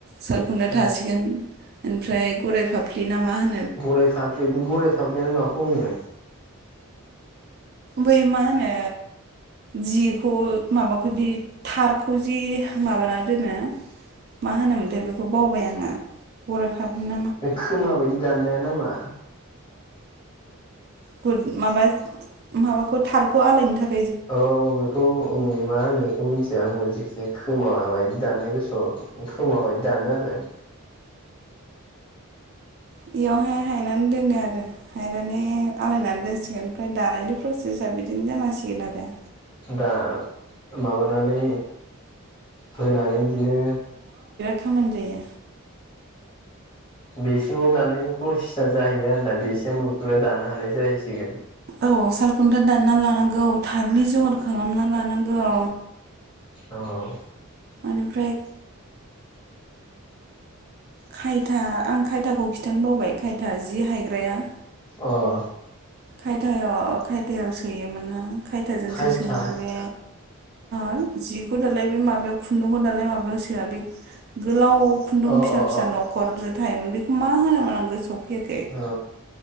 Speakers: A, on the right (about 45°); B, on the left (about 25°).
A: सालखुन्था
B: थंनै
A: थासिगोन। ओनफ्राय गोराय फाफ्लि ना मा होन
B: गराइ फाफ्लि बे गराइ फाफ्लियालाय माखौ होनो।
A: बै मा होनो जिखौ माबाखौ दि थारखौ जि माबाना दोनो मा होनोमोनथाय बेखौ बावबाय आङो गराय फाबनि
B: बे खोमोआ बायदि दाननाया नामा?
A: बुद माबा माबाखौ थारखौ आलायनो थाखै
B: औ बेखौ उम मा होनो बेखौ मिनथिया आंबो जे खोमाबायदि दाननाय <unintelligible> खोमा बायदि दानो आरो।
A: बेयावहाय हायनानै दोनो आरो हायनानैहाय आलायनानै सिगोन फ्राय दानायनि प्रसेसा बिदिनो जालांसिगोन आरो।
B: दा माबानानै। होनानै इदिनो
A: खोमोन गैया,
B: बेसिमाव दानायनि पइस जाहैयो आरो ना बेसिम मोनफैबा दानो हानाय जायो हैगोन
A: औ सालखुन्था दानना लानांगौ थारनि जर खालामना लानांगौ,
B: औ
A: ओनफ्राय खायथा आंग खायथाखौ खिथानो बावबाय खायथा जि हायग्राया
B: अह
A: खायथायाव खायथायाव सोयोमोन ना? खायथाजोंसो
B: खायथा
A: सोयोमोन बे, <unintelligible> जिखौ दालाय बे माबायाव खुन्दुंखौ दालाय माबायाव सोआ बे गोलाव खुन्दुं
B: अ
A: फिसा
B: अ
A: फिसा
B: अ
A: न'खर जो थायोमोन बेखौ मा होनोमोन आं गोसोआव फैयाखै
B: औ